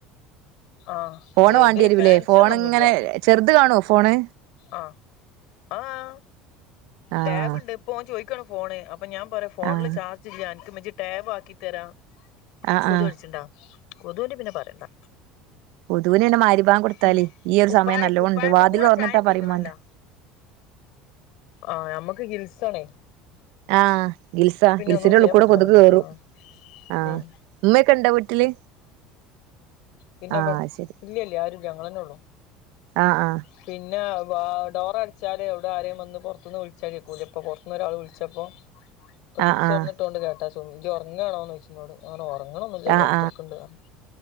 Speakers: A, on the left; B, on the right.
A: ആഹ്
B: ഫോണ്
A: ഏത്
B: വാണ്ടി വരൂല്ലേ
A: ഫാൻസ്ന്ന്ഒന്നുംല്ല
B: ഫോൺ ഇങ്ങനെ ചെറുത് കാണോ ഫോണ്
A: ആ ആഹ്
B: ആഹ്
A: ടേബ് ഇണ്ട് ഇപ്പോ ഓൻ ചോയിക്ക ഫോണ് അപ്പൊ ഞാൻ പറയാ ഫോണില്
B: ആഹ്
A: ചാർജ് ഇല്ല അനക്ക് മ്മച്ചി ടാബ് ആക്കി തരാം
B: ആഹ്
A: കൊതു
B: ആഹ്
A: അടിച്ചിണ് ണ്ടോ കൊതുൻ്റ പിന്നെ പറയണ്ടാ
B: കൊതുവിന് പിന്നെ മഗ്‌രിബാങ്ക് കൊടുത്താല്
A: ഉം
B: ഈ ഒരു
A: കുപ്പായ
B: സമയം നല്ലോണ്ട്
A: കുപ്പായത്ത്
B: വാതില്
A: കൂടെ
B: തൊറന്നിട്ടാ
A: ചായ ചി ന്തീക്കണല്ലോ
B: പറയും മാണ്ട
A: ആ ഞമ്മക്ക് ഗ്രിൽസാ ആണേ
B: ആഹ് ഗ്രിൽസാ ഗ്രിൽസിനുള്ളു
A: ഒന്നും ചെയ്യാൻ
B: കൂടെ
A: പറ്റില്ലല്ലോ
B: കൊതുക്
A: നമ്മക്ക്
B: കേറും
A: ആഹ്
B: ആഹ്
A: ഉം
B: ഇമ്മക്കെ ഇണ്ടോ വീട്ടില്
A: പിന്നെബടെ
B: ആഹ് ശരി
A: ഇല്ലല്ല ആരും ഇല്ല ഞള്ളന്നെ ഉള്ളൂ
B: ആഹ് ആഹ്
A: പിന്നെ ഡോറ് അടിച്ചാൽ എവിടെ ആരെയും വന്ന് പൊറത്ത്ന്ന് വിളിച്ചാൽ കേക്കൂല ഇപ്പോ പൊറത്ത്ന്ന് ഒരാൾ വിളിച്ചപ്പോൾ ഇപ്പ ഗ്രിൽസ്
B: ആഹ് ആഹ്
A: ഉറന്നിട്ടോണ്ട് കേട്ട സ ഇജ്ഉറങ്ങാണോന്ന് ഒയ്ച്ച് ഇന്നോട് ഞാൻ പറഞ്ഞു ഉറങ്ങണൊന്നുല്ല ഇവടെകുത്തിരി
B: ആഹ്
A: ക്ക്ണ് ണ്ട് ന്ന്